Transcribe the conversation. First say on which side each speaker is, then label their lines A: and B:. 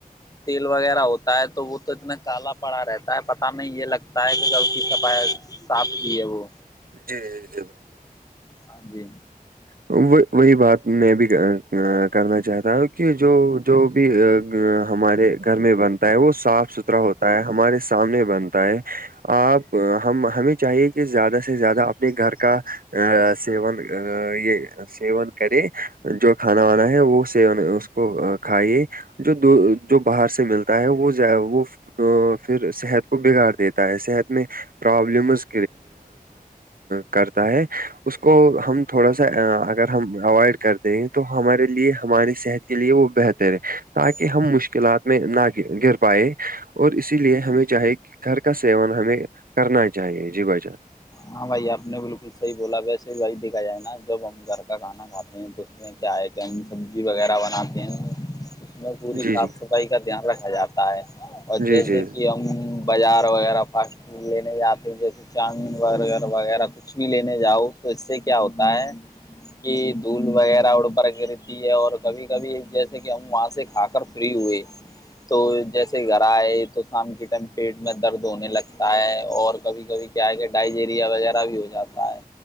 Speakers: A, on the left; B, on the right.
A: تیل وغیرہ ہوتا ہے تو وہ تو اتنا کالا پڑا رہتا ہے پتاہ نہیں یہ لگتا ہے کہ کب کی صفائی ساف کی ہے وہ
B: جی جی
A: ہاں جی
B: وہی وہی بات میں بھی کرنا چاہتا ہوں کہ جو جو بھی ہمارے گھر میں بنتا ہے وہ صاف ستھرا ہوتا ہے ہمارے سامنے بنتا ہے آپ ہم ہمیں چاہیے کہ زیادہ سے زیادہ اپنے گھر کا سیون یہ سیون کرے جو کھانا وانا ہے وہ اس کو کھائیے جو جو باہر سے سے ملتا ہے وہ وہ پھر صحت کو بگاڑ دیتا ہے صحت میں پرابلمز کرتا ہے اس کو ہم تھوڑا سا اگر ہم اوائڈ کرتے ہیں تو ہمارے لیے ہماری صحت کے لیے وہ بہتر ہے تاکہ ہم مشکلات میں نہ گر پائے اور اسی لیے ہمیں چاہی گھر کا سیون ہمیں کرنا چاہیے جی بجہ
A: ہاں بھائی آپ نے بالکل صحیح بولا ویسے بھی بھائی دیکھا جائے نا جب ہم گھر کا کانا کھاتے ہیں تو میں کیا ہے کہ ہم سبزی وغیرہ بناتے ہیں اس میں پوری
B: جی
A: صاف
B: جی
A: صفائی کا دھیان رکھا جاتا ہے اور
B: جی
A: جیسے
B: جی
A: کہ ہم بازار وغیرہ فاسٹ فوڈ لینے آتے جیسے چاند برگر وغیرہ کچھ بھی لینے جاؤ تو اس سے کیا ہوتا ہے کہ دھول وغیرہ اڑ پر گرتی ہے اور کبھی کبھی جیسے کہ ہم وہاں سے کھا کب فری ہوئے تو جیسے گھر آئے تو شام کے ٹائم پیٹ میں درد ہونے لگتا ہے اور کبھی کبھی کیا ہے کہ ڈائہیریا وغیرہ بھی ہو جاتا ہے